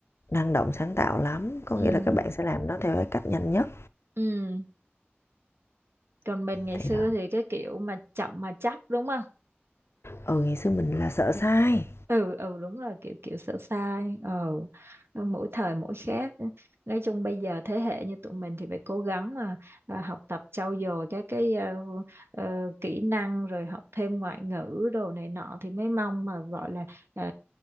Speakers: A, on the left; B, on the right.
A: năng động sáng tạo lắm có
B: ừ
A: nghĩa là các bạn sẽ làm nó theo cái cách nhanh nhất
B: ừ còn mình ngày
A: thì
B: xưa
A: đó
B: thì cái kiểu mà chậm mà chắc đúng không
A: ừ ngày xưa mình là sợ sai
B: ừ ừ đúng rồi kiểu kiểu sợ sai ờ ờ, mỗi thời mỗi khác nói chung bây giờ thế hệ như tụi mình thì phải cố gắng mà à, học tập trau dồi các cái ờ, ờ, kỹ năng rồi học thêm ngoại ngữ đồ này nọ thì mới mong mà gọi là ờ,